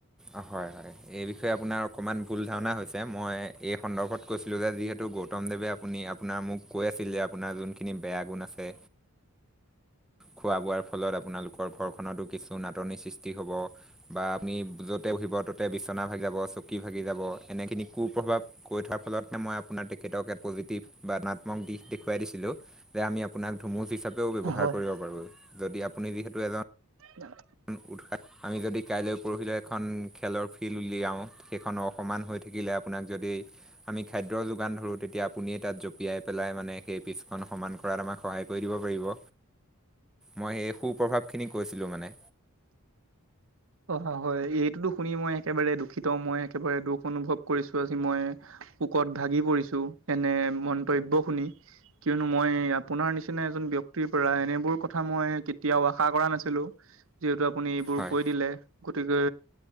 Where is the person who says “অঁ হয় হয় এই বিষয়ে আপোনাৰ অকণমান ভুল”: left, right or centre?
Centre